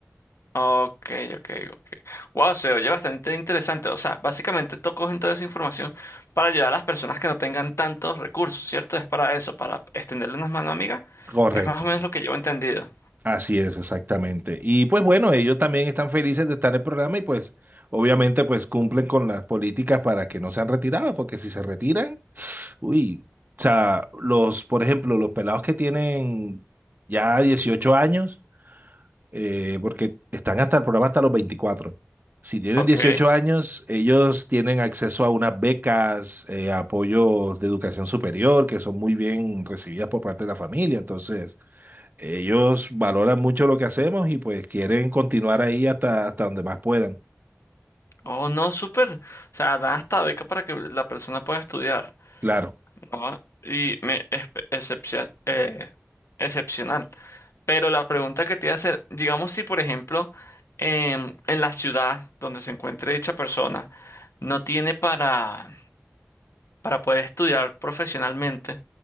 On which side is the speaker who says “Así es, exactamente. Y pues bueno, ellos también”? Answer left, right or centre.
Right